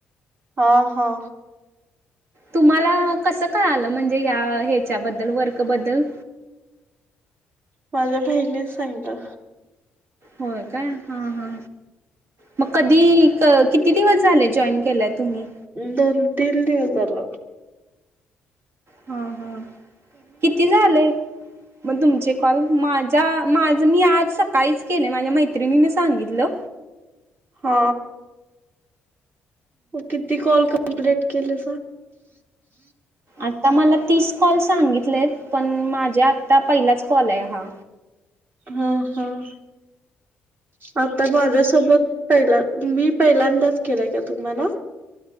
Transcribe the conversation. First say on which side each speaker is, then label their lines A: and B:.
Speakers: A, on the right (about 45°); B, on the right (about 65°).
A: हा हा
B: तुम्हाला कसं कळालं म्हणजे या ह्याच्याबद्दल वर्कबद्दल
A: माझ्या बहिणी सांगलं
B: होय काय हा हा मग कधी किती दिवस झाले जॉईन केलंय तुम्ही
A: दोन तीन दिवस झाल
B: हा हा किती झाले मग तुमचे कॉल माझा माझ मी आज सकाळीच केले माझ्या मैत्रिणीने सांगितलं
A: हा किती कॉल कंप्लीट केले
B: आता मला तीस कॉल सांगितलेत पण माझ्या आता पहिलाच फले हा
A: हम हम आता माझ्यासोबत पहिला मी पहिल्यांदाच केला का तुम्हाला